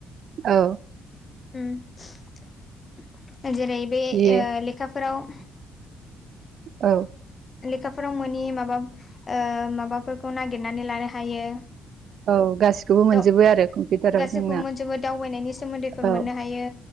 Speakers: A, on the right (about 55°); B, on the left (about 30°).
A: औ
B: उमम जेरै बे
A: जि
B: ओ लेखाफोराव
A: औ
B: लेखाफोराव मोनि माबा ओ माबाफोरखौ नागिरनानै लानो हायो‌ <unintelligible>
A: औ गासिखौबो मोनजोबो आरो कम्पिउटाराव
B: गासैखौबो
A: जोंना
B: मोनजोबो दावबायनायनि सोमोन्दैफोर
A: औ
B: मोननो हायो